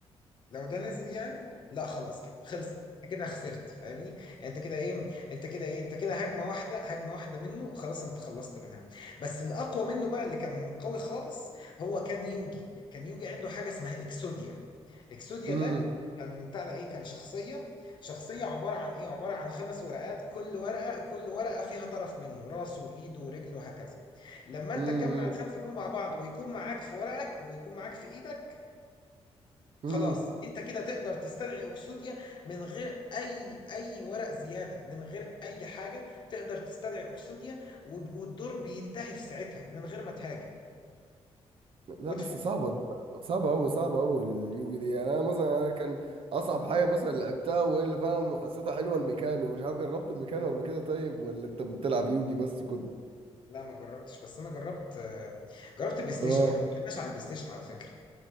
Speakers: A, on the left; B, on the right.
A: لو ده نزل يعني لا خلاص كده خلص انت كده خسرت فاهمني يعني انت كده ايه انت كده ايه انت كده هجمه واحده هجمه واحده منه خلاص انت خلصت منها بس الاقوى منه بقى اللي كان قوي خالص هو كان يوجي كان يوجي عنده حاجه اسمها اكسوديا اكسوديا
B: امم
A: ده كان بتاع ده ايه كان شخصيه شخصيه عباره عن ايه عباره عن خمس ورقات كل ورقه كل ورقه فيها طرف منه راسه وايده ورجله وهكذا لما انت
B: امم
A: تجمع الخمسه دول مع بعض ويكون معاك في ورقك ويكون معاك في ايدك
B: امم
A: خلاص انت كده تقدر تستدعي اكسوديا من غير اي اي ورق زياده من غير اي حاجه تقدر تستدعي اكسوديا وب- والدور بينتهي في ساعتها من غير ما تهاجم
B: لا
A: وتفوز
B: بس صعبة صعبة أوي صعبة أوي اليوجي دي يعني أنا مثلا أنا كان أصعب حاجة مثلا لعبتها وهي اللي فعلا حسيتها حلوة الميكانو مش عارف جربت الميكانو قبل كده طيب ولا أنت بتلعب يوجي بس كنت
A: لا ما جربتش بس انا جربت آه، جربت بلاي ستيشن
B: آه
A: احنا ما اتكلمناش عن البلاي ستيشن على فكره